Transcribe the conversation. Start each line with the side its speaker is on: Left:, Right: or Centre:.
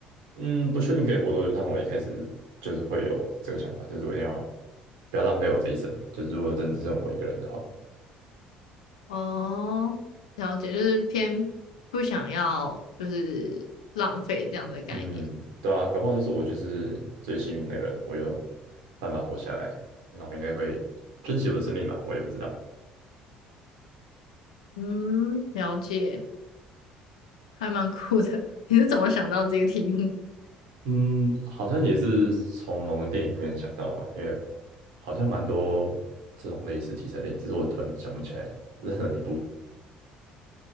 Right: 嗯，不确定可以活多久，但我一开始就是会有这个想法，就是我一定要不要浪费我这一生。就是如果真只剩我一个人的话。
Left: 哦，了解，就是偏不想要，就是浪费这样的概念。
Right: 嗯，对啊，搞不好就是我就是最幸运的人，我有办法活下来，那我应该会珍惜我的生命吧，我也不知道。
Left: 嗯，了解，还蛮酷的。<laughs> 你是怎么想到这个题目？<laughs>
Right: 嗯，好像也是从某个电影里面想到的吧，因为好像蛮多这种类似题材电影，只是我突然想不起来任何一部。